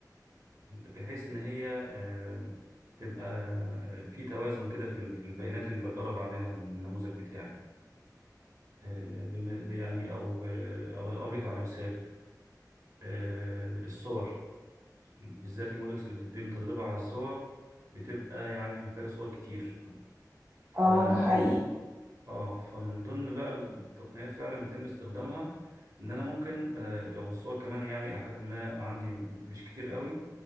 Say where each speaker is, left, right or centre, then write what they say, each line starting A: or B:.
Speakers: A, on the right (about 50°); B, on the right (about 30°).
A: بحيث إن هي آه، تبقى آه، في توازن كده في ال- في البيانات اللي بدرب عليها النموذج بتاعي آه، بم- يعني او آه، او اقول لك على مثال آه، الصور بالذات المودلز اللي بتتم تدريبها على الصور بتبقى يعني محتاجة صور كتير ف
B: اه
A: اه
B: ده حقيقي
A: آه، فمن ضمن بقى التقنيات فعلا اللي بيتم استخدامها ان انا ممكن آه، لو الصور كمان يعني الى حد ما عندي مش كتير قوي